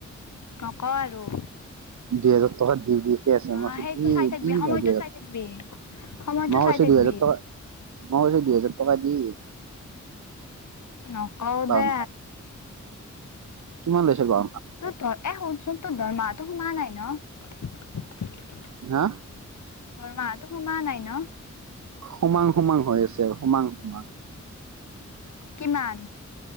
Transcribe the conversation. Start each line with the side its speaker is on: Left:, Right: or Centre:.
Left: নক আৰু।
Right: দুহোজাৰ টকা দিওঁ দিয়। ঠিকে আছে
Left: অ
Right: মই
Left: সেইটো চাই থাকিবি
Right: দি
Left: সময়টো
Right: দে
Left: চাই থাকিবি সময়টো
Right: মইছো
Left: চাই থাকিবি
Right: দুইহেজাৰ টকা মই কৈছো দুহোজাৰ টকা দি
Left: নকওঁ
Right: বাহন
Left: দে।
Right: কিমান লৈছে পা
Left: তোৰ ধ, এ শুনচোন তোৰ ধমাহটো সোমা নাই ন।
Right: হা?
Left: দৰমাহাতো সোমোৱা নাই ন'।
Right: সোমাং সোমাং হৈ আছে আৰু সোমাং সোমং।
Left: কিমান?